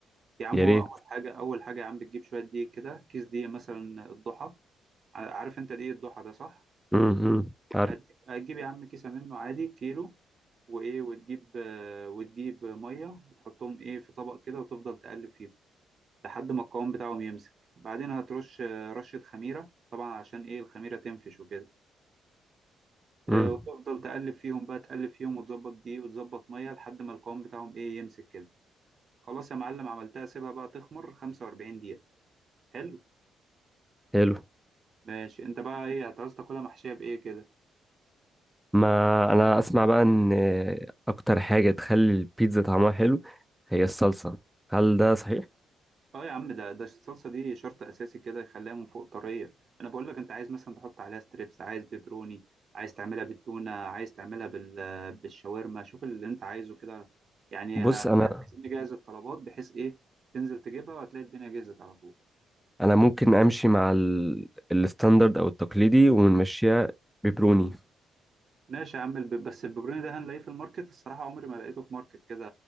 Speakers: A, on the right; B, in the centre.
A: يا عم
B: يا
A: هو
B: ريت
A: اول حاجه اول حاجه يا عم بتجيب شويه دقيق كده كيس دقيق مثلا الضحى ع- عارف انت دقيق الضحى ده صح
B: مم. مم. عارف
A: هت- هتجيب يا عم كيسه منه عادي كيلو وايه وتجيب آه، وتجيب ميه وتحطهم ايه في طبق كده وتفضل تقلب فيهم لحد ما القوام بتاعهم يمسك بعدين هترش آه، رشه خميره طبعا عشان ايه الخميره تنفش وكده آه،
B: مم.
A: وتفضل تقلب فيهم بقى تقلب فيهم وتظبط دقيق وتظبط ميه لحد ما القوام بتاعهم ايه يمسك كده خلاص يا معلم عملتها سيبها بقى تخمر 45 دقيقة حلو
B: حلو
A: ماشي انت بقى ايه هتعوز تاكلها محشية بايه كده
B: ما انا اسمع بقى ان آه، اكتر حاجة تخلي البيتزا طعمها حلو هي الصلصة هل ده صحيح؟
A: اه يا عم ده ده الصلصة دي شرط اساسي كده يخليها من فوق طرية انا بقول لك انت عايز مثلا تحط عليها ستريبس عايز بيبروني عايز تعملها بالتونة عايز تعملها بال... بالشاورما شوف اللي انت عايزه كده يعني
B: بص
A: ه- عايزين
B: انا
A: نجهز الطلبات بحيث ايه تنزل تجيبها وهتلاقي الدنيا جهزت على طول
B: انا ممكن امشي مع ال... الستاندرد او التقليدي ونمشيها بيبروني
A: ماشي يا عم الب... بس الببروني ده هنلاقيه في الماركت الصراحة عمري ما لقيته في ماركت كده